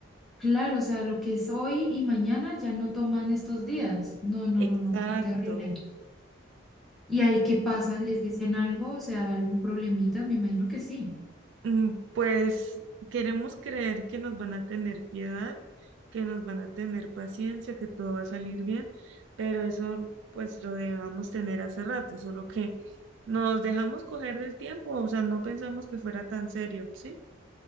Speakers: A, in the centre; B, on the right.
A: Claro, o sea, lo que es hoy y mañana ya no toman estos días. No, no,
B: Exacto,
A: no, no, qué terrible. ¿Y ahí qué pasa? ¿Les dicen algo? O sea, algún problemita? Me imagino que sí.
B: Mm, Pues queremos creer que nos van a tener piedad, que nos van a tener paciencia, que todo va a salir bien, pero eso pues lo debamos tener hace rato, solo que nos dejamos coger del tiempo, o sea, no pensamos que fuera tan serio, ¿sí?